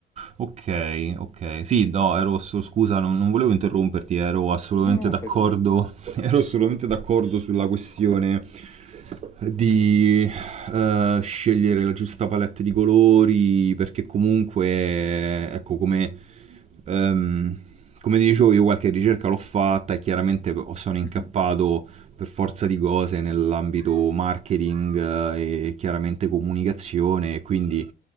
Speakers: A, on the right; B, on the left.
A: Ok, ok. Sì, no, ero asso- scusa, non, non volevo interromperti, ero assolutamente
B: No, no,
A: d'accordo,
B: fai pure.
A: <laughs> ero assolutamente d'accordo sulla questione di eh, scegliere la giusta palette di colori, perché comunque, ecco, come, ehm, come ti dicevo, io qualche ricerca l'ho fatta e chiaramente ho- sono incappato
B: Mhm.
A: per forza di cose nell'ambito marketing eh, e chiaramente comunicazione, e quindi